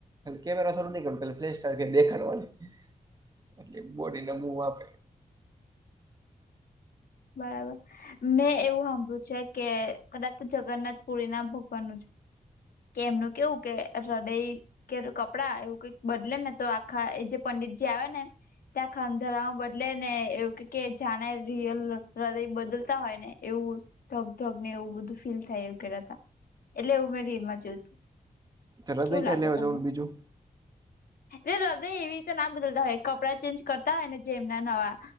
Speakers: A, on the right; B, on the left.
A: કેમેરા શું ન કર ફ્લે દેખાડવાની એટ બોડીને મવ આપે
B: બરાબર મેં એવું સાંભળ્યું છે કે કદા તો જગન્નાથ પુરી ના ભગવાનનુંું છે કે એમનું કેવું કે હૃદય કે કપડાં એવું કઈક બદલે ને તો આખા એ જે પંડિતજી આવે ને ત્યાં ખંધારમાં બદલે ને એવું કે જાણે રિયલ હૃદય બદલતા હોય ને એવું થગ ધગ ને એવું બધું ફીલ થાય એવું કેતા એટલે એવું મેં રી માં જોયું હતું
A: હૃદય
B: કેવું
A: ક્યાં
B: લાગે
A: લેવા
B: તમને
A: જવાનું બીજું
B: એટલે હૃદય એવી રીતે નામ બદલતા હોય કપડાં ચેન્જ કરતા હોય ને જે એમના નવા